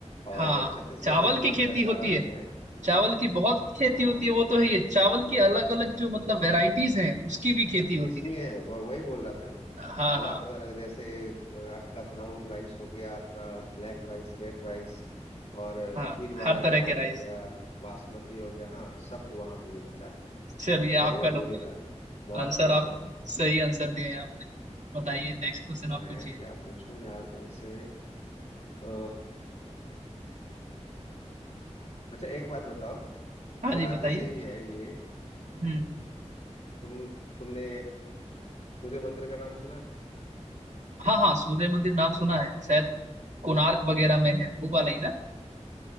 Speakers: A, on the left; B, on the right.
A: और
B: हाँ
A: छत्तीसगढ़
B: चावल
A: एकमात्र
B: की खेती
A: ऐसा
B: होती
A: राज्य
B: है
A: है
B: चावल की बहुत खेती
A: हाँ
B: होती है वो तो है ये चावल की अलग अलग जो मतलब वेराइटीज हैं उसकी भी खेती होती
A: किस्में
B: है
A: हैं व- वही बोल रहा था मैं
B: हाँ
A: अलग
B: हाँ
A: अलग जैसे अ, आपका ब्राउन राइस हो गया आपका ब्लैक राइस रेड राइस और अ,
B: हाँ
A: खीर वाला
B: हर
A: चावल
B: तरह के राइस
A: हो गया बासमती हो गया हाँ सब वहां पे मिलता है
B: चलिए आपका
A: वही मैं
B: नंबर
A: बोल ही रहा
B: है
A: था बहुत
B: आंसर
A: सही
B: आप
A: यार
B: सही आंसर दिए हैं आपने बताइए नेक्स्ट क्वेश्चन
A: मैं
B: आप पूछिए
A: क्या पूछूं यार तुमसे अ अच्छा एक बात बताओ
B: हाँ जी
A: राज्य
B: बताइए
A: से ही है ये अ,
B: हम्म
A: तुम तुमने सूर्य मंदिर का नाम सुना है
B: हाँ हाँ सूर्य मंदिर नाम सुना है शायद कोणार्क वगैरह में है वो वाला ही ना